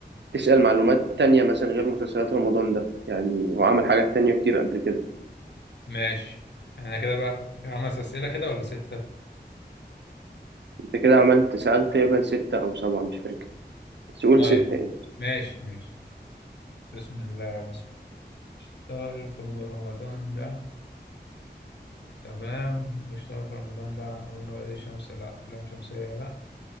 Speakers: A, on the right; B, on the left.
A: تسأل معلومات تانية مثلا غير مسلسلات رمضان ده يعني هو عمل حاجات تانية كتير قبل كده
B: ماشي احنا كده بقى خمس اسئلة كده ولا ستة
A: انت كده عملت سألت تقريبا ستة أو سبعة مش فاكر بس قول
B: طيب
A: ستة يعني
B: ماشي ماشي بسم الله بسم الله. اشتغل في رمضان ده تمام اشتغل في رمضان ده قلنا ولاد الشمس لا لام شمسية لا